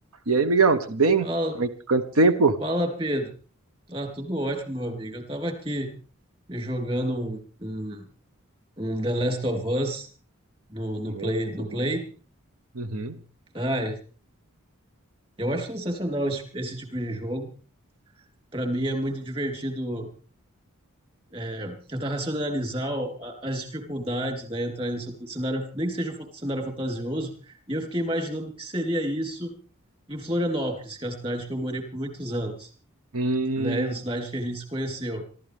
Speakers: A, on the right (about 80°); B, on the right (about 25°).
A: E aí, Miguel, tudo bem?
B: Fala,
A: Como é que- Quanto tempo?
B: fala, Pedro. Ah, tudo ótimo, meu amigo. Eu tava aqui jogando um, um, um The Last of Us no, no
A: Bom,
B: Play,
A: Muito
B: no
A: bom.
B: Play.
A: Uhum.
B: Ah, eu acho sensacional esse, esse tipo de jogo. Pra mim é muito divertido é, tentar racionalizar o- a- as dificuldades, né? Entrar em um cenário, nem que seja um fa- cenário fantasioso. E eu fiquei imaginando o que seria isso em Florianópolis, que é a cidade que eu morei por muitos anos,
A: Hum,
B: né? A cidade que a gente se conheceu.